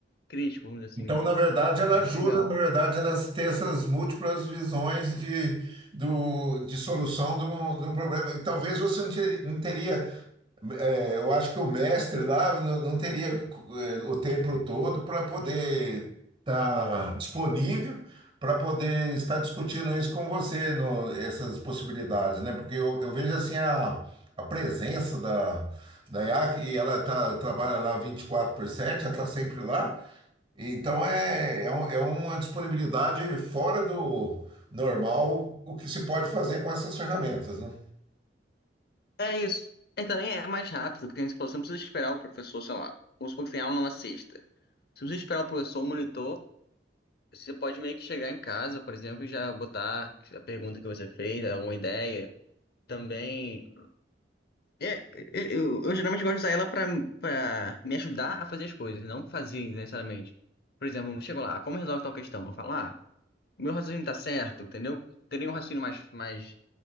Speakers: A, on the left; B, on the right.
A: crítico, vamos dizer
B: Então,
A: assim, né?
B: na verdade, ela ajuda,
A: Legal.
B: na verdade, nas ter essas múltiplas visões de, do, de solução de um, de um problema. E talvez você não ter- não teria, é, eu acho que o mestre lá não, não teria é, o tempo todo para poder estar disponível, para poder estar discutindo isso com você, no, essas possibilidades, né? Porque eu, eu vejo assim a, a presença da, da IAC, e ela tá, trabalha lá 24 por 7, ela está sempre lá. Então é, é, um- é uma disponibilidade fora do normal o que se pode fazer com essas ferramentas, né?
A: É isso. E também é mais rápido, porque se você não precisa esperar o professor, sei lá, vamos supor que tem aula numa sexta. Você não precisa esperar o professor, o monitor, você pode meio que chegar em casa, por exemplo, e já botar a pergunta que você fez, alguma ideia. Também É, eu, eu, eu geralmente gosto de usar ela pra, pra me ajudar a fazer as coisas, não fazer necessariamente. Por exemplo, eu chego lá, como resolve tal questão? Eu falo, ah, meu raciocínio tá certo, entendeu? Teria um raciocínio mais, mais